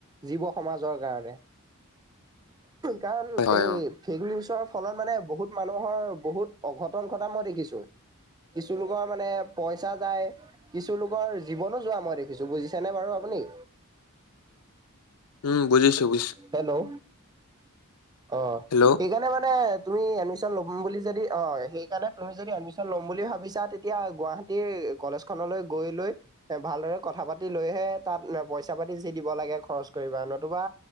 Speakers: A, on the right; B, on the left.
A: জীৱ সমাজৰ কাৰণে। কাৰণ
B: হয় হয়
A: এই
B: অ
A: ফেক নিউচৰ ফলত মানে বহুত মানুহৰ বহুত অঘটন ঘটা মই দেখিছো কিছুলোকৰ মানে পইচা যায়, কিছুলোকৰ জীৱনো যোৱা মই দেখিছোঁ বুজিছেনে বাৰু আপুনি?
B: উম, বুজিছোঁ, বুজি
A: হেল্ল'। অ',
B: হেল্ল'
A: সেইকাৰণে মানে তুমি এডমিশ্যন ল'ম বুলি যদি অ' সেইকাৰণে তুমি যদি এডমিশ্যন ল'ম বুলি ভাবিছা তেতিয়া গুৱাহাটীৰ কলেজখনলৈ গৈ লৈ এ ভালদৰে কথা পাতি লৈহে তাত পইচা পাতি যি দিব লাগে খৰ ইউজ কৰিবা নতুবা